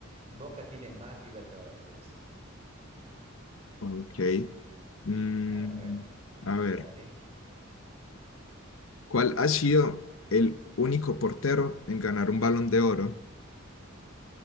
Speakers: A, on the right (about 30°); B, on the left (about 75°).
A: Boca tiene más Libertadores, eso sí.
B: Ok. Mm,
A: A ver, a ver.
B: a ver,
A: Te toca a ti.
B: ¿cuál ha sido el único portero en ganar un Balón de Oro?